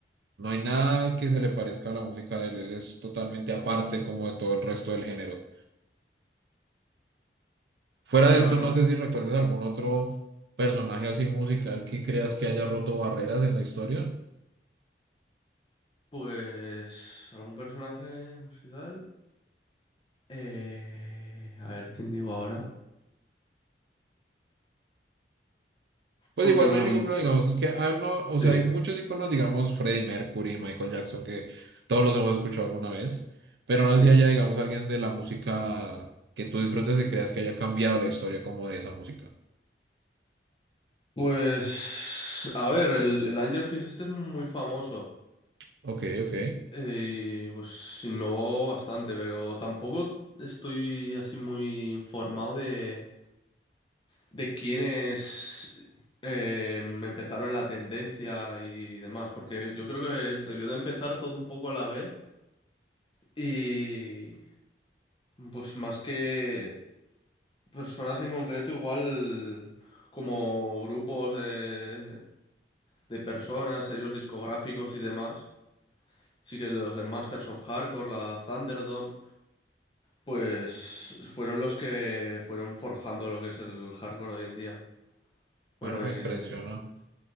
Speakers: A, on the right (about 70°); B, on the left (about 30°).
A: No hay nada que se le parezca a la música de él. Él es totalmente aparte como de todo el resto del género. Fuera
B: Sí,
A: de
B: la
A: esto,
B: verdad.
A: no sé si recuerdas algún otro personaje así musical que creas que haya roto barreras en la historia.
B: Pues algún personaje musical. Eh, a ver, ¿quién digo ahora?
A: Pues
B: Porque
A: igual
B: como...
A: no hay ningún problema, digamos, es que hay, no, o sea,
B: Sí,
A: hay muchos iconos, digamos, Freddie Mercury, Michael Jackson, que todos los hemos escuchado alguna vez, pero no
B: sí.
A: sé si haya, digamos, alguien de la música que tú disfrutes y creas que haya cambiado la historia como de esa música.
B: Pues, a ver, el, el Angerfish este es muy famoso.
A: Ok, ok,
B: Eh, pues innovó bastante, pero tampoco estoy así muy informado de, de quiénes eh, empezaron la tendencia y demás, porque yo creo que debió de empezar todo un poco a la vez y pues más que personas en concreto, igual como grupos de de personas, sellos discográficos y demás. Sí que los de Masters of Hardcore, la Thunderdome, pues fueron los que fueron forjando lo que es el hardcore de hoy en día. Bueno,
A: bueno, me
B: y
A: impresiona.
B: el de...